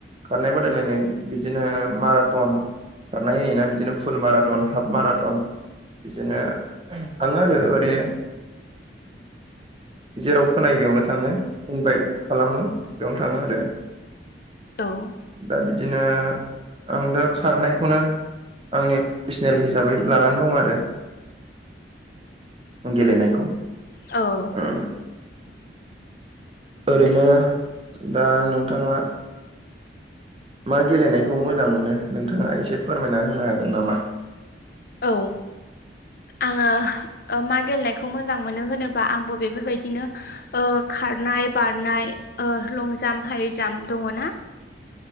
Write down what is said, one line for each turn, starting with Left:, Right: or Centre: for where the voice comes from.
Right: खारनाय बादायलायनाय बिदिनो माराथन खारनाय होयोना बिदिनो फुल माराथन हाफ माराथन बिदिनो थाङो आरो ओरैनो जेराव खोनायो बेयावनो थाङो इनभाइट खालामो बेयावनो थाङो आरो।
Left: औ
Right: दा बिदिनो आं दा खारनायखौनो आंनि पसनेल हिसाबै लानानै दं आरो। गेलेनायखौ
Left: औ
Right: ओम ओरैनो दा नोंथाङा मा गेलेनायखौ मोजां मोनो नोंथाङा एसे फोरमायना होनो हागोन नामा?
Left: औ आङो मा गेलेनायखौ मोजां मोनो होनोबा आंबो बेफोरबायदिनो ओ खारनाय बारनाय लं जाम्प हाइ जाम्प दङ ना?